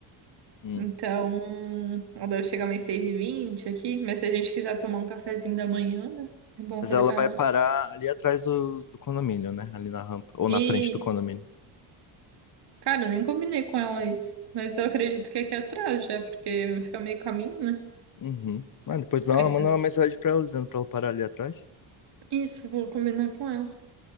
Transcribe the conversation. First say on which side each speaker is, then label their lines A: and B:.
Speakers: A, on the left (about 40°); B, on the right (about 55°).
A: Hum.
B: Então, ela deve chegar umas seis e vinte aqui, mas se a gente quiser tomar um cafezinho da manhã, né? É bom
A: Mas
B: acordar.
A: ela vai parar ali atrás do, do condomínio, né? Ali na rampa, ou
B: Isso.
A: na frente do condomínio.
B: Cara, eu nem combinei com ela isso. Mas eu acredito que é aqui atrás já, porque fica meio caminho, né?
A: Uhum. Mas depois dá
B: Aí
A: uma,
B: você...
A: manda uma mensagem pra ela dizendo pra ela parar ali atrás.
B: Isso, vou combinar com ela.